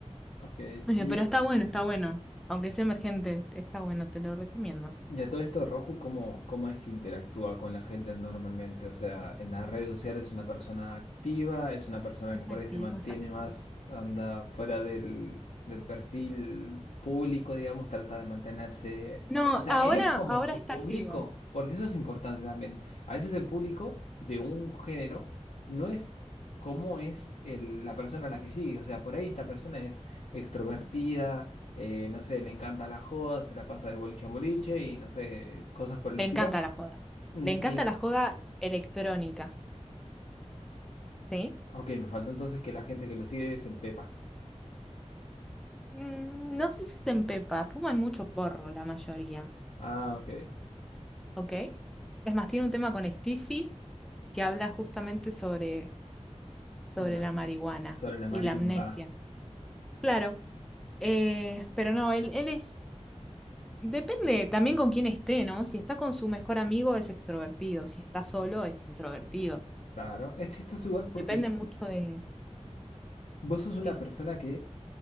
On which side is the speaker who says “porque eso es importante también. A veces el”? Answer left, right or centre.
Left